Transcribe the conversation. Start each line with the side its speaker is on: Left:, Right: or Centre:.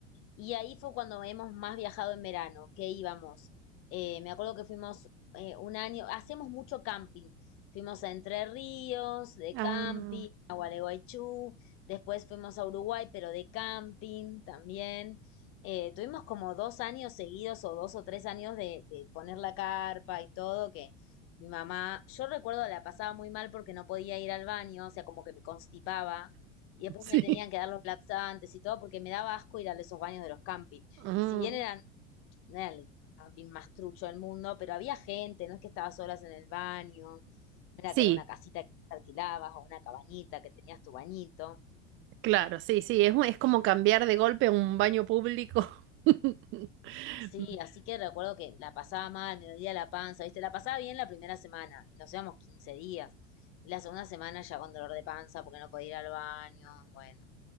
Left: Y ahí fue cuando hemos más viajado en verano, que íbamos. Eh, me acuerdo que fuimos eh, un año, hacemos mucho camping. Fuimos a Entre Ríos, de
Right: Ah,
Left: camping, a Gualeguaychú, después fuimos a Uruguay, pero de camping también. Eh, tuvimos como dos años seguidos o dos o tres años de, de poner la carpa y todo, que mi mamá, yo recuerdo la pasaba muy mal porque no podía ir al baño, o sea, como que me constipaba y después
Right: sí.
Left: me tenían que dar los laxantes y todo porque me daba asco ir a esos baños de los campings.
Right: <laughs> Mm,
Left: Si bien eran, no era el camping más trucho del mundo, pero había gente, no es que estabas solas en el baño, no era
Right: Sí,
Left: que era una casita que alquilabas o una cabañita que tenías tu bañito.
Right: Claro, sí, sí, es, un- es como cambiar de golpe a un baño público. <laughs>
Left: Sí, así que recuerdo que la pasaba mal, me dolía la panza, ¿viste? La pasaba bien la primera semana y nos íbamos 15 días. Y la segunda semana ya con dolor de panza porque no podía ir al baño, bueno.